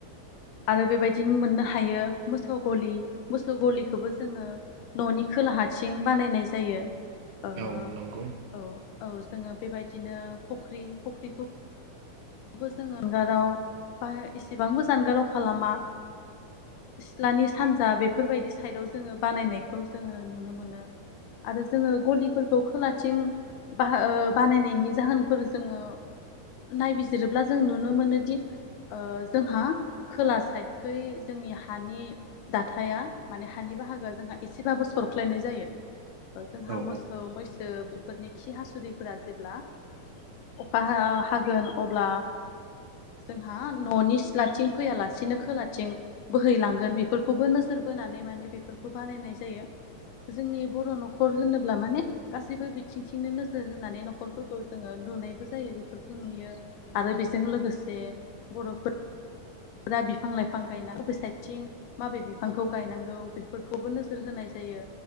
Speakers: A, on the left (about 90°); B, on the right (about 75°).
A: आरो बेबायदिनो मोननो हायो मोसौ गलि, मोसौ गलिखौबो जोङो न'नि खोलाहाथिं बानायनाय जायो। ओ
B: औ नंगौ
A: औ जोङो बेबायदिनो फख्रि, फख्रिखौ बो जानगाराव बा एसेबांबो जानगाराव खालामा, सिथ्लानि सानजा बेफोरबायदि साइदाव जोङो बानायनायखौ जोङो नुनो मोनो। आरो जोङो गलिफोरखौ खोलाथिं बाहा ओ बानायनायनि जाहोनफोर जोङो नायबिजि रोब्ला जों नुनो मोनोदि ओ जोंहा खोला साइदखै जोंनि हानि दाथाया माने हानि बाहागोआ जोंहा एसेबाबो सरख्लायनाय जायो। ओ जोंहा
B: औ
A: मोसौ मैसो बेफोरनि खि हासुदैफोरा जेब्ला अखा हा-हागोन। अब्ला जोंहा न'नि सिथ्लाथिं फैयालासिनो खोलाथिं बोहैलांगोन बेफोरखौबो नोजोर बोनानै माने बेफोरखौ बानायनाय जायो, जोंनि बर' न'खर होनोब्ला माने गासैबो बिथिंथिंनो नोजोर होनानै न'खरफोरखौ जोङो लुनायबो जायो बेफोरखौ नुयो। आरो बेजों लोगोसे बर'फोर रा बिफां लाइफां गायनाय बबे साइथिं माबे बिफांखौ गायनांगौ बेफोरखौबो नोजोर होनाय जायो,